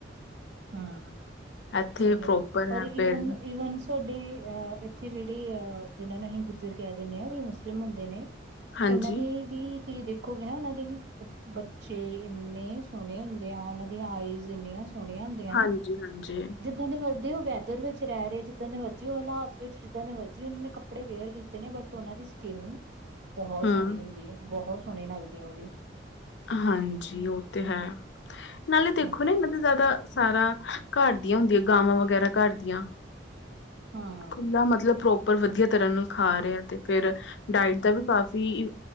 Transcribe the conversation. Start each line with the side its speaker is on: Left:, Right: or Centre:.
Right: ਹਾਂ
Left: ਇੱਥੇ
Right: ਸਈ ਐ
Left: ਪ੍ਰੋਪਰ ਹੈ
Right: ਅਰ ਈਵੰਨ-ਈਵੰਨ
Left: ਫਿਰ
Right: ਸਾਡੇ ਅ ਇੱਥੇ ਜੇੜੇ ਅ ਜਿਨਾਂ ਨੂੰ ਅਸੀਂ ਗੁੱਜਰ ਕੈ ਦਿੰਦੇ ਆਂ ਓ ਵੀ ਮੁਸਲਿਮ ਹੁੰਦੇ ਨੇ।
Left: ਹਾਂਜੀ
Right: ਉਨਾਂ ਦੀ ਵੀ ਤੁਸੀਂ ਦੇਖੋਗੇ ਨਾ ਉਨਾਂ ਦੇ ਵੀ ਬੱਚੇ ਇੰਨੇ ਸੋਹਣੇ ਹੁੰਦੇ ਆ ਉਨਾਂ ਦੀਆਂ ਆਈਜ਼ ਇੰਨੀਆਂ ਸੋਹਣੀਆਂ ਹੁੰਦੀਆਂ
Left: ਹਾਂਜੀ
Right: ਨੇ
Left: ਹਾਂਜੀ
Right: ਜਿੱ ਜਿੱਦਾਂ ਦੇ ਮਰਜੀ ਓ ਵੈਦਰ ਵਿੱਚ ਰੈ ਰਏ ਜਿੱਦਾਂ ਦੇ ਮਰਜ਼ੀ ਓ ਹਾਲਾਤ ਵਿੱਚ ਜਿੱਦਾਂ ਦੇ ਮਰਜੀ ਉਨਾਂ ਨੇ ਕੱਪੜੇ ਵੇਅਰ ਵੀ ਨੇ ਬਟ ਉਨਾਂ ਦੀ ਸਕਿੰਨ ਬਹੁਤ
Left: ਹਮ
Right: ਸੋਹਣੀ ਹੁੰਦੀ ਹੈ ਬਹੁਤ ਸੋਹਣੇ ਲੱਗਦੇ ਆ ਓ ਵੀ
Left: ਹਾਂਜੀ ਓ ਤੇ ਹੈ ਨਾਲੇ ਦੇਖੋ
Right: ਹਾਂਜੀ
Left: ਨਾ ਜਾਦਾ ਸਾਰਾ ਘਰ ਦੀਆਂ ਹੁੰਦੀਆਂ ਗਾਵਾਂ ਵਗੈਰਾ ਘਰ ਦੀਆਂ
Right: ਹਾਂ
Left: ਖੁੱਲਾ ਮਤਲਬ ਪ੍ਰੋਪਰ ਵਧੀਆ ਤਰ੍ਹਾਂ ਨਾਲ ਖਾ ਰਿਆ ਤੇ ਫਿਰ ਡਾਇਟ ਦਾ ਵੀ ਕਾਫੀ ਵੀ